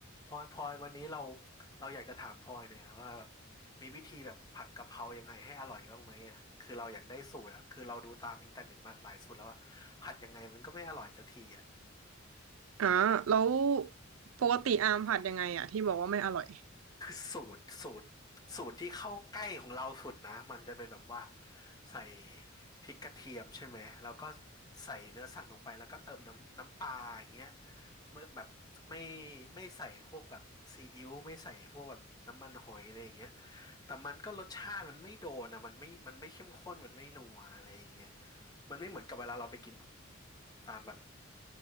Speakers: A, on the left; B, on the right.
A: พลอยพลอยวันนี้เราเราอยากจะถามพลอยเนี่อยอะว่าแบบมีวิธีแบบผัดกะเพรายังไงให้อร่อยบ้างไหมอ่ะคือเราอยากได้สูตรอ่ะคือเราดูตามอินเทอร์เน็ตมาหลายสูตรแล้วว่าผัดยังไงมันก็ไม่อร่อยสักทีอ่ะ
B: อ่าแล้วปกติอามผัดยังไงอ่ะที่บอกว่าไม่อร่อย
A: คือสูตรสูตรสูตรที่เข้าใกล้ของเราสุดนะมันจะเป็นแบบว่าใส่พริกกระเทียมใช่ไหมแล้วก็ใส่เนื้อสัตว์ลงไปแล้วก็เติมน้ำน้ำปลาอย่างเงี้ยเมื่อแบบไม่ไม่ใส่พวกแบบซีอิ๊วไม่ใส่พวกแบบน้ำมันหอยอะไรอย่างเงี้ยแต่มันก็รสชาติมันไม่โดนอ่ะมันไม่มันไม่เข้มข้นมันไม่นัวอะไรอย่างเงี้ยมันไม่เหมือนกับเวลาเราไปกินแบบตามแบบ